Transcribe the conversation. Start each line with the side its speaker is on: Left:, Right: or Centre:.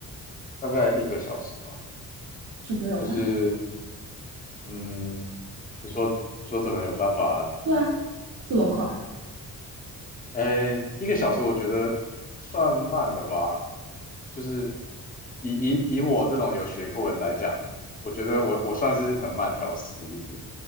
Left: 大概一个小时吧，
Right: 怎么有办？
Left: 就是嗯，你说你说怎么有办法
Right: 对啊，这么快？
Left: 哎，一个小时我觉得算慢了吧，就是以以以我这种有学过的人来讲，我觉得我我算是很慢条斯理的，